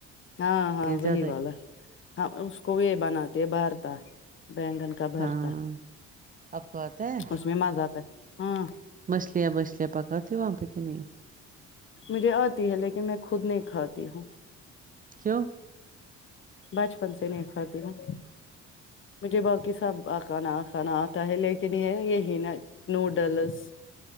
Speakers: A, on the left; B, on the right.
A: ہاں ہاں وہی
B: زیادہ
A: والا ہے ہا اس کو یہ بناتے بھرتا بیینگن کا بھرتا
B: ہاں آپ کو آتا ہے
A: اس میں مزہ آتا ہے ہاں
B: مچھلیاں بچھلیاں پکاتی ہو وہاں پہ کہ نہیں
A: مجھے آتی ہے لیکن میں خود نہیں کھاتی ہوں
B: کیوں
A: بچپن سے نہیں کھاتی ہوں مجھے باقی سب آ کانا آ کانا آتا ہے لیکن یہ یہی نا نوڈلس